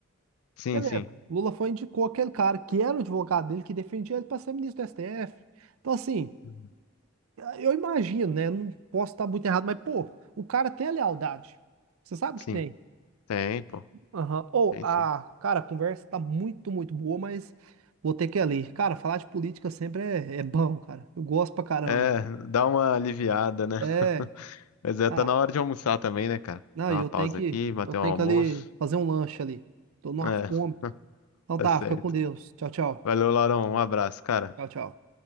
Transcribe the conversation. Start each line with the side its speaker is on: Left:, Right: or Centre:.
Left: Sim,
Right: Beleza,
Left: sim.
Right: o Lula foi e indicou aquele cara que era o advogado dele, que defendia ele pra ser ministro do STF. Então, assim,
Left: Uhum.
Right: eu imagino, né? Não posso estar muito errado, mas, pô, o cara tem a lealdade. Você sabe
Left: Sim,
Right: que tem.
Left: tem, pô.
Right: Aham. Ou,
Left: Tem
Right: a
Left: sim.
Right: cara, a conversa tá muito, muito boa, mas vou ter que ir ali. Cara, falar de política sempre é, é bom, cara. Eu gosto pra caramba.
Left: É, dá uma aliviada, né?
Right: É.
Left: <laughs> Mas é,
Right: Ah,
Left: tá na hora de almoçar também, né, cara?
Right: não,
Left: Dá
Right: e
Left: uma
Right: eu
Left: pausa
Right: tenho que,
Left: aqui, bater
Right: eu tenho
Left: um almoço.
Right: que ali fazer um lanche ali. Tô numa
Left: É,
Right: fome.
Left: <laughs>
Right: Então
Left: tá
Right: tá,
Left: certo.
Right: fica com Deus. Tchau, tchau.
Left: Valeu, Laurão. Um abraço, cara.
Right: Tchau, tchau.